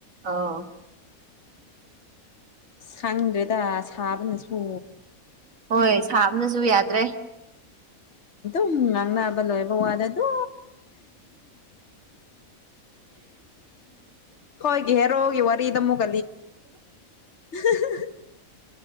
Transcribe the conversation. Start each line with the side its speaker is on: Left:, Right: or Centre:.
Right: ꯑꯥ
Left: ꯁꯪꯗ꯭ꯔꯦꯗ ꯁꯥꯕꯅꯁꯨ
Right: ꯍꯣꯏ ꯁꯥꯕꯅꯁꯨ ꯌꯥꯗ꯭ꯔꯦ
Left: ꯑꯗꯨꯝ ꯉꯥꯡꯅꯕ ꯂꯣꯏꯕ ꯋꯥꯗ ꯑꯗꯨ ꯈꯣꯏꯒꯤ ꯍꯦꯔꯣꯒꯤ ꯋꯥꯔꯤꯗꯃꯨꯛ <unintelligible>